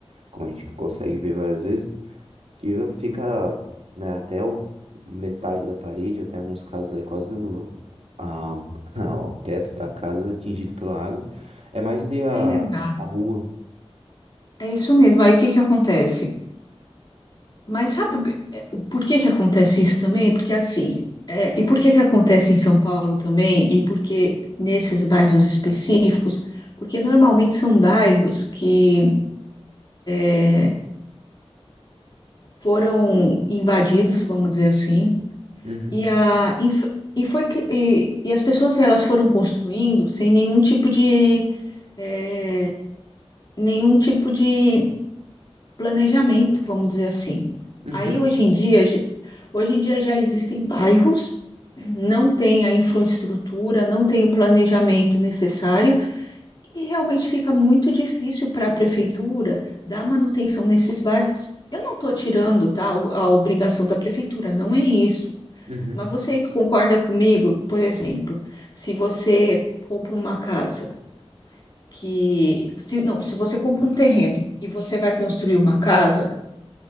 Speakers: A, on the right; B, on the left.
A: como a gente consegue ver várias vezes, que fica, né, até o- metade da parede, até alguns casos aí quase o, a- <laughs> o teto da casa é atingido pela água. É mais ali a,
B: É,
A: a rua.
B: é isso mesmo. Aí o que que acontece? Mas sabe eh, por que que acontece isso também? Porque assim, eh, e por que que acontece em São Paulo também? E por que nesses bairros específicos? Porque normalmente são bairros que eh, foram invadidos, vamos dizer assim,
A: Uhum,
B: e, a, inf- e, foi, que- e, e as pessoas elas foram construindo sem nenhum tipo de, eh, nenhum tipo de planejamento, vamos dizer assim.
A: uhum,
B: Aí hoje em dia Hoje em dia já existem bairros, não tem a infraestrutura, não tem o planejamento necessário, e realmente fica muito difícil para a prefeitura dar manutenção nesses bairros. Eu não estou tirando, tá, a obrigação da prefeitura, não é isso.
A: uhum,
B: Mas você que concorda comigo, por exemplo, se você compra uma casa que, se, não, se você compra um terreno e você vai construir uma casa,